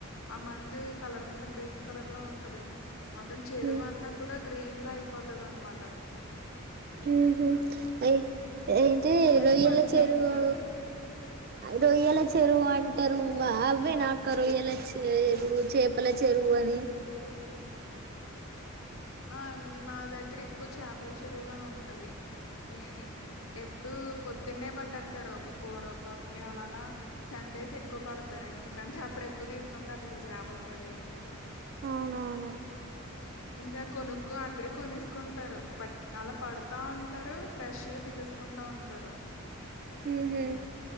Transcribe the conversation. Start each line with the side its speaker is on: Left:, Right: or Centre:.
Left: ఆ మందు కలర్ కూడా గ్రీన్ కలర్ లో ఉంటది మొత్తం చెరువు
Right: ఉమ్,
Left: అంతా కూడా గ్రీన్ లో అయిపోతది అనమాట
Right: ఉహు ఐ ఏంటి
Left: అది
Right: రొయ్యలా
Left: మందంట
Right: చేరువు రొయ్యల చెరువు అంటారు అవ్వేనా అక్కా రొయ్యేల చెరువు చెప్ పలా చెరువు అని
Left: ఆ ఉంది మా దగ్గర ఎక్కువ చేపల చెరువులే ఉంటాయి ఏ ఎప్పుడు పొద్దున్నే పట్టెత్తారు ఒక ఫోర్ ఓ క్లాక్ కి అలాగా సండేస్ ఎక్కువ పడతారు ఎందుకంటే అప్పుడు ఎక్కువ తీసుకుంటారు కదా చేపలు మరి
Right: అవునవును
Left: ఇంకా కొనుక్కో అక్కడే కొనేసుకుంటారు పట్ అలా పడుతా ఉంటారు ఫ్రెష్ గా తీసేసుకుంటా ఉంటారు
Right: ఉహు
Left: ఉ